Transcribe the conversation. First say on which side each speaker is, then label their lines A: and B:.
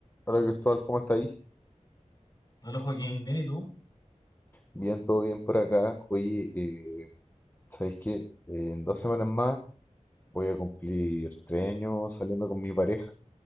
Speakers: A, on the left (about 15°); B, on the left (about 30°).
A: Hola Cristóbal, ¿cómo estáis?
B: Hola Joaquín, ¿bien y tú?
A: Bien, todo bien por acá. Oye, eh, ¿sabéis que en dos semanas más voy a cumplir tres años saliendo con mi pareja.